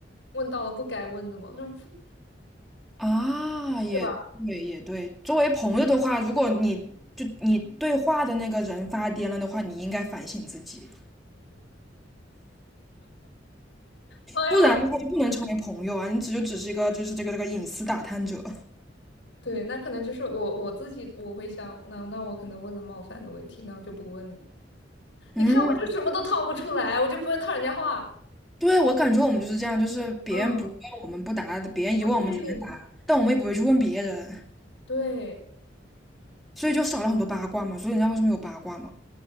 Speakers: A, on the left (about 85°); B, in the centre.
A: 问到了不该问的吗？就不，
B: 啊，也对，
A: 对吧？
B: 也对。作为朋友的话，如果你就你对话的那个人发癫了的话，你应该反省自己，
A: 哎呀妈！
B: 不然的话就不能成为朋友啊，你只就只是一个就是这个这个隐私打探者。
A: 对，那可能就是我我自己我会想，那那我可能问了冒犯的问题，那我就不问了。你看，
B: 嗯，
A: 我就什么都套不出来，我就不会套人家话。
B: 对，我感觉我们就是这样，就是别人不问我们不答，
A: 嗯，
B: 别人一问我们全答，
A: 啊对，
B: 但我们也不会去问别人，
A: 对，
B: 所以就少了很多八卦嘛。所以人家为什么有八卦嘛？